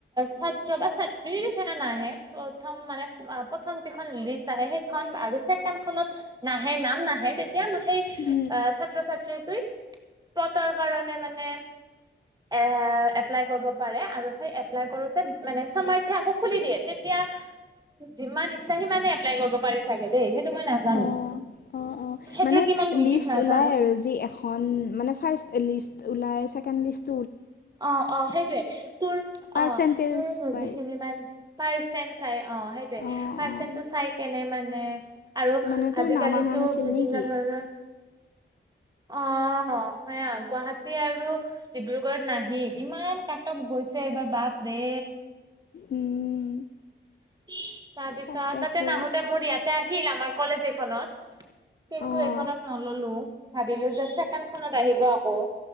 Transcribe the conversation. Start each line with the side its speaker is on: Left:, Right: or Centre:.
Right: ছাত্ৰ বা ছাত্ৰ্ৰী সে নাহে প্ৰথম মানে প্ৰথম যিখন লিষ্ট আহে সেইখন আৰু ছেকেড খত নাহে নাম নাহে তেতিয়া সেই
Left: অঁ
Right: অ, ' ছাত্ৰ ছাত্ৰীসকল সিহঁতৰ কাৰণে মানে এ এপ্লাই কৰিব পাৰে আৰু সেই এপ্লাই কৰোতে মানে শ্চুমূৰ্থ এ আকৌ খুলি দিয়ে তেতিয়া যিমান ইচ্ছা সিমানে এপ্লাই কৰিব পাৰি চাগে দেই সেইটো মই নাজানো
Left: অঁ অঁ অঁ
Right: সেইটোত
Left: মানে
Right: কিমান লিমিট
Left: লিষ্ট ওলাই
Right: নাজানো
Left: আৰু যি এখন মানে ফাৰ্ষ্ট লিষ্ট উলাই ছেকেণ্ড লিষ্ট
Right: অ অ সেইটোৱে তোৰ
Left: পাৰ্চেণ্টেজ
Right: অ তোৰ
Left: পাই
Right: যিখিনি মান তাৰ সে চাই অ সেইটোয়ে
Left: অঁ
Right: পাৰ্চেন্ত
Left: অঁ
Right: টো চাই কেনে মানে আৰু
Left: মানে তোৰ
Right: আজিকালিতো
Left: নাম অহা নাছিল
Right: বিভিন্ন
Left: নেকি
Right: ধৰণৰ অ, ' সেয়া গুৱাহাটী আৰু ডিব্ৰুগড়ত নাহিল ভিৰ ইমান কাটতফ গৈছে এইবাৰ বাপৰে।
Left: উম।
Right: <inaudible> তাৰপিছত
Left: তাকেতো
Right: তাতে নাহোতে মোৰ ইয়াতে আহিল আমাৰ কলেজ হলত কিন্তু
Left: অঁ
Right: এইখনত নললো ভাবিলো যে ছেকেণ্ড খনত আহিব আকৌ।